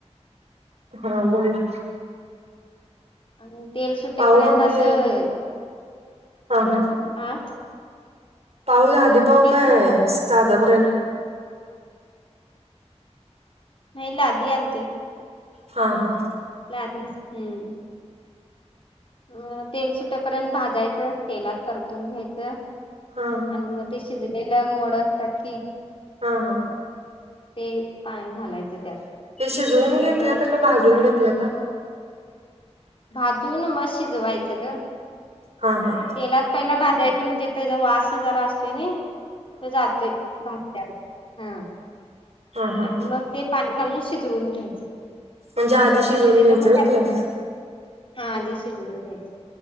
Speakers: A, on the right; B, on the left.
A: हा बोला.
B: आणि तेल सुटेपर्यंत
A: पाव मग
B: असं,,
A: ते हा हा
B: आं
A: पाव लादि पाव काय
B: सुटत
A: साधा ब्रेड.
B: नाही लादी आणतय.
A: हा हा.
B: लादि हम्म. अ तेल सुटेपर्यंत भाजायचं, तेलात परतून घ्यायचं,
A: हा
B: आणि मग ते शिजलेलं मोड आसतात कि
A: हा हा.
B: ते पाणी घालायचं त्यात
A: ते शिजवून
B: आणि
A: घेतल्याता
B: मग
A: का भाजून घेतल्याता?
B: भाजून मग शिजवायचं ग.
A: हा हा.
B: तेलात पहिला भाजायचं, म्हणजे तेचा वास जरा असतोय नाई ते जातोय, भाजतानं, हं
A: हा हा
B: आणि मग ते पाणी घालून शिजवून घ्यायचं,
A: म्हणजे
B: आणि मग
A: आधी
B: ते
A: शिजवून
B: शिजलेलं
A: घ्यायचं
B: मग
A: होय
B: त्यात
A: ते
B: हा आधी शिजवुन घ्यायचं.